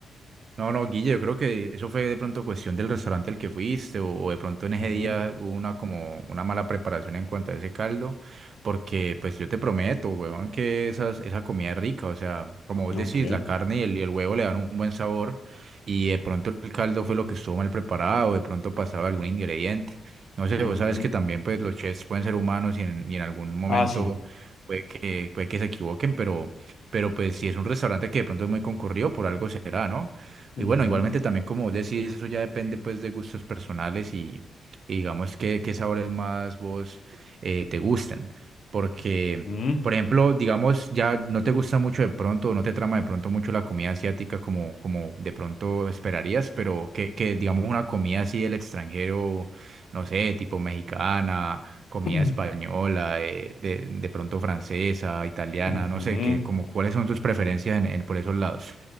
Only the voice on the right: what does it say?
No, no, Guille, yo creo que eso fue de pronto cuestión del restaurante al que fuiste o, o de pronto en ese
día hubo una como una mala preparación en cuanto a ese caldo, porque pues yo te prometo, huevón, que esas, esa comida es rica, o sea, como vos decís,
la carne y el, y el huevo le dan un buen sabor y de pronto el caldo fue lo que estuvo mal preparado, de pronto pasaba algún ingrediente. No sé,
vos sabes que también pues los chefs pueden ser humanos y en, y en algún momento
puede que, puede que se equivoquen, pero, pero pues si es un restaurante que de pronto es muy concurrido, por algo será, ¿no?
Y bueno, igualmente también como vos decís, eso ya depende pues de gustos personales y, y digamos que qué sabores más vos eh, te gusten. Porque,
por ejemplo, digamos, ya no te gusta mucho de pronto, o no te trama de pronto mucho la comida asiática como, como de pronto esperarías, pero que, que digamos una comida así del extranjero, no sé, tipo mexicana, comida
española, eh, de, de pronto francesa, italiana,
no sé, que como cuáles son tus preferencias en, en- por esos lados.